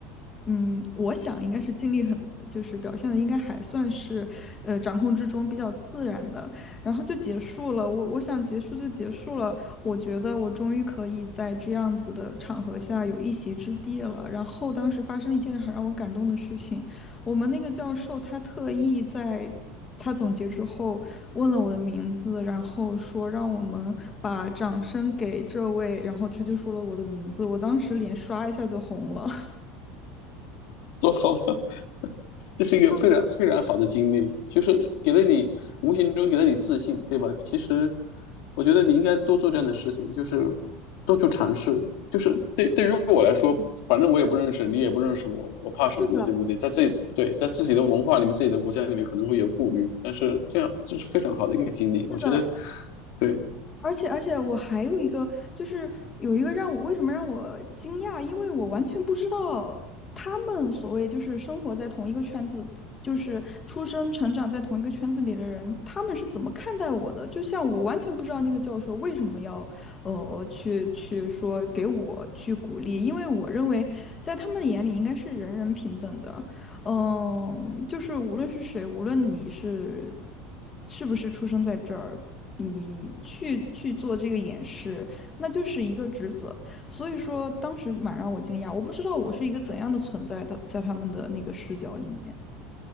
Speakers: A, on the left; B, on the left.
A: 嗯，我想应该是尽力很，就是表现的应该还算是，呃，掌控之中比较自然的，然后就结束了。我我想结束就结束了，我觉得我终于可以在这样子的场合下有一席之地了。然后当时发生一件很让我感动的事情，我们那个教授他特意在。他总结之后，问了我的名字，然后说让我们把掌声给这位，然后他就说了我的名字，我当时脸刷一下就红了。
B: 多好啊。这是一个非常非常好的经历，
A: <laughs>
B: 就是给了你无形中给了你自信，对吧？其实我觉得你应该多做这样的事情，就是多去尝试。就是对对于我来说，反正我也不认识你，也不认识我，我怕什么呢？
A: 是的，
B: 对不对？在自己对在自己的文化里面、自己的国家里面可能会有顾虑，但是这样这是非常好的一个经历，我觉得
A: 是的。
B: 对
A: 而且而且我还有一个，就是有一个让我为什么让我惊讶，因为我完全不知道他们所谓就是生活在同一个圈子，就是出生成长在同一个圈子里的人，他们是怎么看待我的？就像我完全不知道那个教授为什么要呃去去说给我去鼓励，因为我认为在他们眼里应该是人人平等的。嗯，就是无论是谁，无论你是是不是出生在这儿，你去去做这个演示，那就是一个职责。所以说，当时蛮让我惊讶，我不知道我是一个怎样的存在的，在他们的那个视角里面。